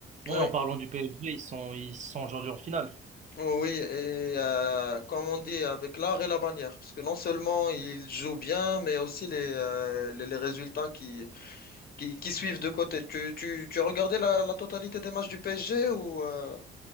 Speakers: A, on the right; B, on the left.
A: Oui,
B: Oui,
A: en parlant du PSG, ils sont, ils sont aujourd'hui en finale.
B: oui. Et euh, comme on dit, avec l'art et la manière. Parce que non seulement il joue bien, mais aussi les, euh, les, les résultats qui, qui, qui suivent de côté. Tu, tu, tu as regardé la, la totalité des matchs du PSG ou euh,